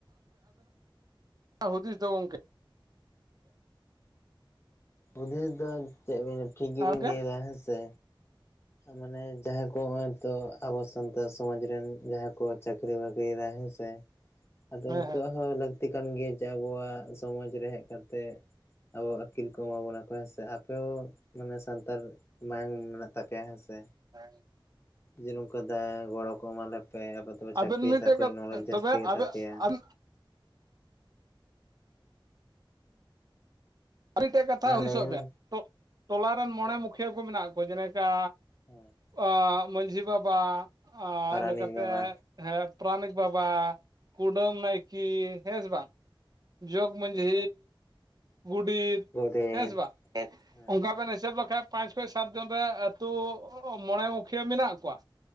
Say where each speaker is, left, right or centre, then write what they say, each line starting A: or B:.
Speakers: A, on the right; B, on the left.
A: <inaudible> ᱦᱩᱫᱤᱥ ᱫᱚ ᱜᱚᱝᱠᱮ?
B: ᱦᱩᱫᱤᱥ ᱫᱚ ᱪᱮᱫ ᱴᱷᱤᱠ ᱜᱮᱵᱤᱱ
A: ᱜᱚᱝᱠᱮ
B: ᱞᱮᱭ ᱫᱟ ᱦᱮᱸ ᱥᱮ᱾ ᱢᱟᱱᱮ ᱡᱟᱦᱟᱸᱭ ᱠᱚ ᱦᱚᱜᱼᱚᱭ ᱛᱚ ᱟᱵᱚ ᱥᱟᱱᱛᱟᱲ ᱥᱚᱢᱟᱡᱽ ᱨᱮᱱ ᱡᱟᱦᱟᱸᱭ ᱠᱚ ᱪᱟᱹᱠᱨᱤ ᱵᱟᱹᱠᱨᱤᱭᱟ ᱦᱮᱸ ᱥᱮ᱾ ᱟᱫᱚ
A: ᱦᱮᱸ
B: ᱩᱱᱠᱩᱣᱟᱜ
A: ᱦᱮᱸ
B: ᱦᱚᱸ ᱞᱟᱹᱠᱛᱤ ᱠᱟᱱ ᱜᱮᱭᱟ ᱡᱮ ᱟᱵᱚᱣᱟᱜ ᱥᱚᱢᱟᱡ ᱨᱮ ᱦᱮᱡ ᱠᱟᱛᱮ ᱟᱵᱚ ᱟᱹᱠᱤᱞ ᱠᱚ ᱵᱟᱵᱚᱱ ᱠᱚ ᱦᱮᱸ ᱥᱮ, ᱟᱯᱮ ᱦᱚᱸ ᱢᱟᱱᱮ ᱥᱟᱱᱛᱟᱲ ᱢᱟᱭᱟᱝ ᱢᱮᱱᱟᱜ ᱛᱟᱯᱮᱭᱟ ᱦᱮᱸ ᱥᱮ᱾
A: <unintelligible>
B: ᱡᱮ ᱱᱚᱝᱠᱟ ᱫᱟᱭᱟ ᱜᱚᱲᱚ ᱠᱚ ᱮᱢᱟᱞᱮᱯᱮ ᱟᱯᱮ ᱫᱚ ᱪᱟᱹᱠᱨᱤ
A: ᱟᱵᱮᱱ ᱢᱤᱫᱴᱮᱡ
B: ᱛᱟᱠᱚ ᱱᱚᱞᱮᱡᱽ ᱡᱟᱹᱥᱛᱤ
A: ᱛᱚᱵᱮ
B: ᱜᱮᱛᱟ
A: ᱟᱵᱮᱱ
B: ᱯᱮᱭᱟ᱾
A: ᱟᱨᱤ ᱴᱮᱡ ᱠᱟᱛᱷᱟ
B: ᱢᱟ
A: ᱦᱩᱫᱤᱥ
B: ᱞᱟᱹᱭ
A: ᱵᱮᱱ
B: ᱢᱮ
A: ᱴᱚ-ᱴᱚᱞᱟᱨ ᱨᱮᱱ ᱢᱚᱬᱮ ᱢᱩᱠᱷᱤᱭᱟᱹ ᱠᱚ ᱢᱮᱱᱟᱜ ᱠᱚᱣᱟ ᱡᱮᱞᱮᱠᱟ
B: ᱦᱮᱸ
A: ᱟ ᱢᱟᱺᱡᱷᱤ ᱵᱟᱵᱟ
B: ᱯᱟᱨᱟᱱᱤᱠ
A: ᱤᱱᱟᱹᱠᱟ ᱠᱟᱛᱮ
B: ᱵᱟᱵᱟ
A: ᱦᱮᱸ ᱯᱨᱟᱱᱤᱠ ᱵᱟᱵᱟ ᱠᱩᱰᱩᱢ ᱱᱟᱭᱠᱤ ᱦᱮ ᱥᱮ ᱵᱟᱝ? ᱡᱳᱠ ᱢᱟᱺᱡᱷᱤ ᱜᱩᱰᱤᱛ
B: ᱜᱚᱰᱮᱛ
A: ᱦᱮᱸ ᱥᱮ ᱵᱟᱝ
B: ᱦᱮᱸ
A: ᱚᱝᱵᱠᱟ ᱵᱮᱱ ᱮᱤᱥᱟᱹᱵ ᱞᱮᱠᱷᱟᱡ ᱯᱟᱸᱪ ᱠᱷᱚᱱ ᱥᱟᱛ ᱡᱚᱱ ᱨᱮ ᱟᱹᱛᱩ ᱢᱚᱬᱮ ᱢᱩᱠᱷᱤᱭᱟᱹ ᱢᱮᱱᱟᱜ ᱠᱚᱣᱟ᱾